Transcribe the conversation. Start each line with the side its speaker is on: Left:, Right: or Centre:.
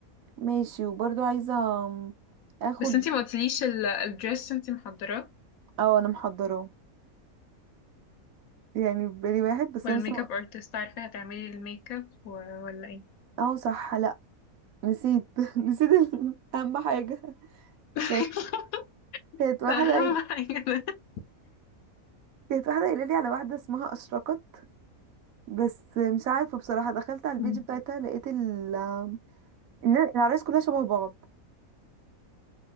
Right: ماشي وبرضو عايزة آم، اخد
Left: بس انتي ما قلتليش ال- الدريس انتي محضراه
Right: اه انا محضراه يعني في بالي واحد بس
Left: والميك
Right: انا لسه ما-
Left: اب ارتست عارفة هتعملي الميك اب و- ولا ايه
Right: اه صح لا نسيت <laughs> نسيت ال- اهم حاجه
Left: <laughs>
Right: كانت كانت واحده
Left: اهم
Right: قايل-
Left: حاجة ده.
Right: كانت واحده قايله لي على واحده اسمها اشرقت بس مش عارفه بصراحه دخلت على البيج
Left: مم.
Right: بتاعتها لقيت ال <laughs> إن العرايس كلها شبه بعض